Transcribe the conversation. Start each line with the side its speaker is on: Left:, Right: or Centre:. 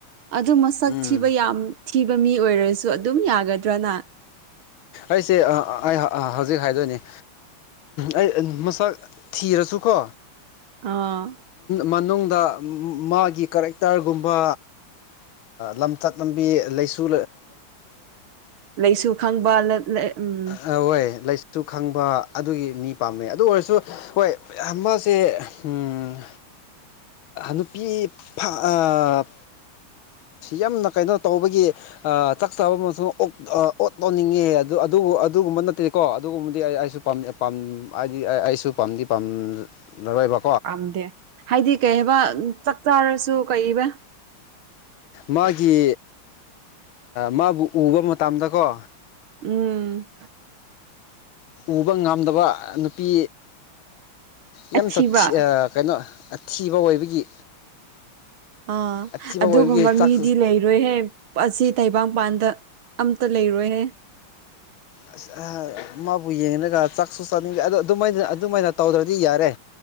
Right: ꯑꯗꯨ ꯃꯁꯛ
Left: ꯎꯝ
Right: ꯊꯤꯕ ꯌꯥꯝ ꯊꯤꯕ ꯃꯤ ꯑꯣꯏꯔꯁꯨ ꯑꯗꯨꯝ ꯌꯥꯒꯗ꯭ꯔ ꯅꯪ
Left: ꯑꯩꯁꯦ ꯑꯩ ꯍꯧꯖꯤꯛ ꯍꯥꯏꯗꯣꯏꯅꯤ ꯑꯩ ꯃꯁꯛ ꯊꯤꯔꯁꯨꯀꯣ
Right: ꯑꯥ
Left: ꯃꯅꯨꯡꯗ ꯃꯥꯒꯤ ꯀꯔꯦꯛꯇꯔꯒꯨꯝꯕ ꯂꯝꯆꯠ ꯂꯝꯕꯤ ꯂꯩꯥꯁꯨ
Right: ꯂꯩꯁꯨ ꯈꯪꯕ ꯎꯝ
Left: ꯍꯣꯏ ꯂꯥꯏꯁꯨ ꯈꯪꯕ ꯑꯗꯨꯒꯤ ꯃꯤ ꯄꯥꯝꯃꯦ ꯑꯗꯨ ꯑꯣꯏꯔꯁꯨ ꯍꯣꯏ ꯃꯁꯦ ꯎꯝ ꯅꯨꯄꯤ ꯑ ꯌꯥꯝꯅ ꯀꯩꯅꯣ ꯇꯧꯕꯒꯤ ꯆꯥꯛ ꯆꯥꯕ ꯑꯃꯁꯨꯡ ꯅꯤꯡꯉꯦ ꯑꯗꯨ ꯑꯗꯨꯒꯨꯝꯕ ꯅꯠꯇꯦꯀꯣ ꯑꯗꯨꯒꯨꯝꯕꯗꯤ ꯑꯩ ꯑꯩꯁꯨ ꯍꯥꯏꯗꯤ ꯑꯩꯁꯨ ꯄꯥꯝꯗꯤ ꯄꯥꯝꯅꯔꯣꯏꯕ
Right: ꯄꯥꯝꯗꯦ ꯍꯥꯏꯗꯤ ꯀꯩ ꯍꯥꯏꯕ ꯆꯥꯛ ꯆꯥꯔꯁꯨ ꯀꯕ
Left: ꯃꯥꯒꯤ ꯃꯥꯕꯨ ꯎꯕ ꯃꯇꯝꯗꯀꯣ
Right: ꯎꯝ
Left: ꯎꯕ ꯉꯝꯗꯕ ꯅꯨꯄꯤ ꯌꯥꯝ
Right: ꯑꯊꯤꯕ
Left: ꯀꯩꯅꯣꯊꯤꯕ ꯑꯣꯏꯕꯒꯤ
Right: ꯑꯥ
Left: ꯑꯊꯤꯕ
Right: ꯑꯗꯨꯒꯨꯝꯕ
Left: ꯑꯣꯏꯕꯒꯤ ꯆꯥꯛ
Right: ꯃꯤꯗꯤ ꯂꯩꯔꯣꯏꯍꯦ ꯑꯁꯤ ꯇꯩꯕꯡꯄꯥꯟꯗ ꯑꯝꯇ ꯂꯩꯔꯣꯏꯍꯦ
Left: ꯑꯁ ꯃꯥꯕꯨ ꯌꯦꯡꯒ ꯆꯥꯛꯁꯨ ꯆꯥꯅꯤꯡꯕꯦ ꯑꯗꯣ ꯑꯗꯨꯃꯥꯏꯅ ꯑꯗꯨꯃꯥꯏꯅ ꯇꯧꯗ꯭ꯔꯗꯤ ꯌꯥꯔꯦ